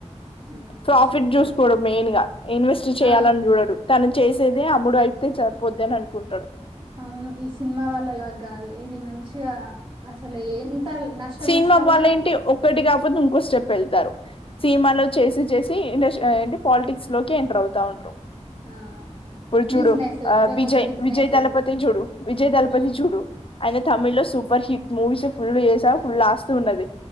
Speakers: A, on the right; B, on the left.
A: ఉమ్, మంచిగా
B: ప్రాఫిట్
A: ఉంటది
B: చూసుకోవడం మెయిన్ గా ఇన్వెస్ట్ చేయాలని
A: ఆ
B: చూడడు తను చేసేదే అమ్ముడు అయితే సరిపోద్ది అని అనుకుంటాడు
A: అవును ఈ సినిమా వాళ్ళలాగ కాదు ఇది మంచిగా అసలు ఎంత నష్టం
B: సినిమా
A: వచ్చినా కూడా
B: వాళ్ళ ఏంటి ఒటి కాకపోతే ఇంకో స్టెప్ వెళ్తారు సినిమాలో
A: ఆ
B: చేసి చేసి ఇండ ఏంటి పాలిటిక్స్ లోకి ఎంటర్ అవుతా ఉంట్రారు
A: ఆ
B: ఇప్పుడు చూడు
A: బిజినెస్
B: ఆ
A: లేకపోతే
B: విజయ్
A: బిజినెస్
B: విజయ్ దళపతిని చూడు విజయ్ దళపతి
A: ఉమ్
B: చూడు ఆయన తమిళ్ లో సూపర్ హిట్ మూీస్ ఫుల్ చే ఫుల్ ఉ